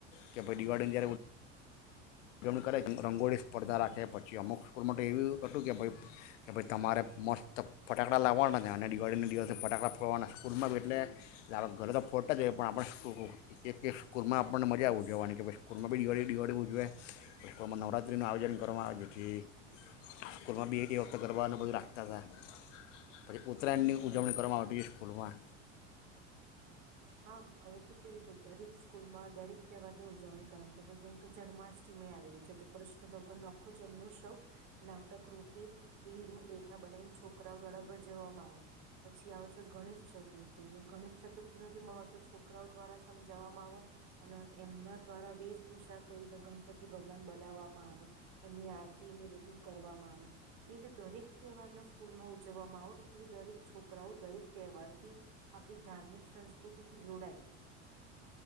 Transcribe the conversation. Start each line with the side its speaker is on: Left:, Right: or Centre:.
Left: કે ભાઈ દિવાળીની જ્યારે ઉજવણી કરે છે રંગોળી સ્પર્ધા રાખે પછી અમુક સ્કૂલમાં તો એવું હતું કે ભાઈ કે ભાઈ તમારે મસ્ત ફટાકડા લાવવાના છે અને દિવાળીના દિવસથી ફટાકડા ફોડવાના સ્કૂલમાં બી એટલે ઘરે તો ફોડતા જ હોએ પણ આપણે એક એક સ્કૂલમાં આપણને મજા ઉજવવાની કે ભાઈ સ્કૂલમાં બી દિવાળી દિવાળી ઉજવેએ સ્કૂલમાં નવરાત્રિનું આયોજન કરવામાં આવે જેથી સ્કૂલમાં બી એ વખતે ગરબાને બધું રાખતા હતા પછી ઉત્તરાયણની
Right: હમ
Left: ઉજવણીવામાં આવતી છે સ્કૂલમાં
Right: હા હવે તો કેવું છે દરેક સ્કૂલમાં દરેક તહેવારની ઉજવણી કરવા જન્માષ્ટમી આવેલી છે તો કૃષ્ણ ભગવાન નો આખો જન્મોત્સવ નાટક રૂપે એવી રૂપરેખા બનાવીને છોકરાઓ દ્વારા ભજવવામાં આવે પછી આવે છે ગણેશ ચતુર્થી એલે ગણેશ ચતુર્થી જી મહત્વ છોકરાઓ દ્વારા સમજાવવામાં આવે અને એમના દ્વારા વેશભૂષા કરીને ગણપતિ ભગવાન બનાવવામાં આવે એમની આરતીને બધું કરવામાં આવે એવી રીતે દરેક તહેવાર ના સ્કૂલ માં ઉજવવામાં આવે કે જે દરેક છોકરાઓ દરેક તહેવાર થી આપડી ધાર્મિક સંસ્કૃતિથી જોડાય.